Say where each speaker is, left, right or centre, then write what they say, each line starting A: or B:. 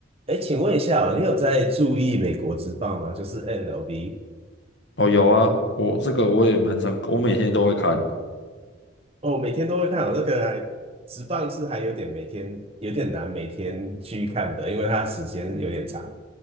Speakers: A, on the right; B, on the left.
A: 哎，请问一下哦，你有在注意美国职棒吗？就是 N l V
B: 哦，有啊，我这个我也蛮常，我每天都会看。
A: 哦，每天都会看哦。那个还职棒是还有点每天有点难每天去看的，因为它时间有点长。